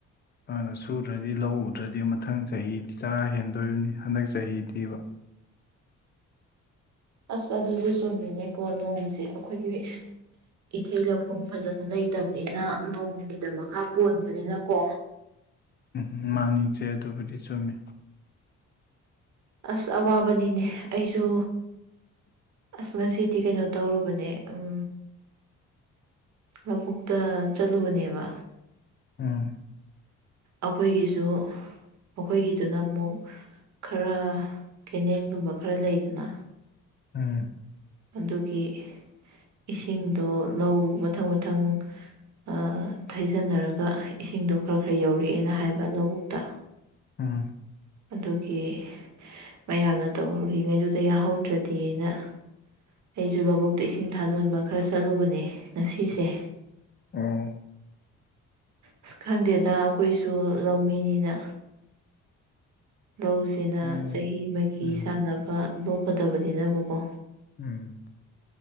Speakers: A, on the left; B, on the right.
A: ꯑꯗꯨꯅ ꯁꯨꯗ꯭ꯔꯗꯤ ꯂꯧ ꯎꯗ꯭ꯔꯗꯤ ꯃꯊꯪ ꯆꯍꯤꯗꯤ ꯆꯔꯥ ꯍꯦꯟꯗꯣꯔꯤꯝꯅꯤ ꯍꯟꯗꯛ ꯆꯍꯤꯗꯤꯕ
B: ꯑꯁ ꯑꯗꯨꯖꯨ ꯆꯨꯝꯃꯤꯅꯦꯀꯣ ꯅꯣꯡꯖꯦ ꯑꯈꯣꯏꯗꯤ ꯏꯊꯩ ꯂꯧꯈꯣꯡ ꯐꯖꯅ ꯂꯩꯇꯕꯅꯤꯅ ꯅꯣꯡꯒꯤꯗ ꯃꯈꯥ ꯄꯣꯟꯕꯅꯤꯅꯀꯣ
A: ꯎꯝ ꯃꯥꯅꯤ ꯏꯆꯦ ꯑꯗꯨꯕꯨꯗꯤ ꯆꯨꯝꯃꯤ
B: ꯑꯁ ꯑꯋꯥꯕꯅꯤꯅꯦ ꯑꯩꯁꯨ ꯑꯁ ꯉꯁꯤꯗꯤ ꯀꯩꯅꯣ ꯇꯧꯔꯨꯕꯅꯦ ꯎꯝ ꯂꯧꯕꯨꯛꯇ ꯆꯠꯂꯨꯕꯅꯦꯕ
A: ꯎꯝ
B: ꯑꯈꯣꯏꯒꯤꯖꯨ ꯑꯈꯣꯏꯒꯤꯗꯨꯅ ꯃꯨꯛ ꯈꯔ ꯀꯦꯅꯦꯟꯒꯨꯝꯕ ꯈꯔ ꯂꯩꯗꯅ
A: ꯎꯝ
B: ꯑꯗꯨꯒꯤ ꯏꯁꯤꯡꯗꯣ ꯂꯧ ꯃꯊꯪ ꯃꯊꯪ ꯑ ꯊꯩꯖꯟꯅꯔꯒ ꯏꯁꯤꯡꯗꯣ ꯈꯔ ꯈꯔ ꯌꯧꯔꯛꯑꯦꯅ ꯍꯥꯏꯕ ꯂꯧꯕꯨꯛꯇ
A: ꯎꯝ
B: ꯑꯗꯨꯒꯤ ꯃꯌꯥꯝꯅ ꯇꯧꯔꯨꯔꯤꯉꯩꯗꯨꯗ ꯌꯥꯍꯧꯗ꯭ꯔꯗꯤ ꯅ ꯑꯩꯖꯨ ꯂꯧꯕꯨꯛꯇ ꯏꯁꯤꯡ ꯊꯥꯖꯟꯕ ꯈꯔ ꯆꯠꯂꯨꯕꯅꯦ ꯉꯁꯤꯁꯦ
A: ꯎꯝ ꯑꯣ
B: ꯑꯁ ꯈꯪꯗꯦꯗ ꯑꯈꯣꯏꯁꯨ ꯂꯧꯃꯤꯅꯤꯅ ꯂꯧꯁꯤꯅ
A: ꯃꯥꯅꯤ
B: ꯆꯍꯤ ꯃꯒꯤ
A: ꯎꯝ
B: ꯆꯥꯟꯅꯕ ꯂꯣꯛꯀꯗꯕꯅꯤꯅꯕꯀꯣ
A: ꯎꯝ